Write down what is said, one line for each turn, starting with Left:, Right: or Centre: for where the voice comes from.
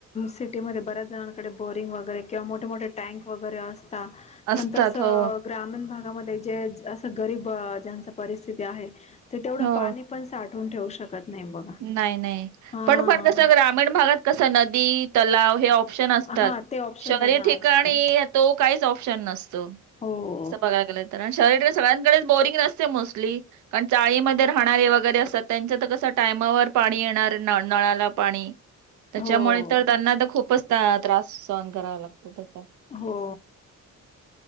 Left: सिटीमध्ये बऱ्याच जणांकडे बोरिंग वगैरे किंवा मोठे मोठे टँक वगैरे असतात
Right: असतात
Left: पण तसं
Right: हो
Left: ग्रामीण भागामध्ये जे असं गरीब ज्यांच परिस्थिती आहे ते तेवढं
Right: हो
Left: पाणी पण साठवून ठेवू शकत नाही बघा
Right: नाही नाही
Left: हा
Right: पण पण कस ग्रामीण भागात कस नदी, तलाव हे ऑप्शन असतात.
Left: हा ते ऑप्शन
Right: शहरी
Left: त्यांना
Right: ठिकाणी
Left: असतं
Right: तो काहीच ऑप्शन नसतो.
Left: हो.
Right: असं बघायला तर आणि शहरी सगळ्यांकडेच बोरिंग नसते मोस्टली. कारण चाळीमध्ये राहणारे वगैरे असतात त्यांच तर कस टायमावर पाणी येणार न नळाला पाणी, त्याच्यामुळे
Left: हो
Right: तर त्यांना खूपच त्रास सहन करावा लागतो त्याचा.
Left: हो.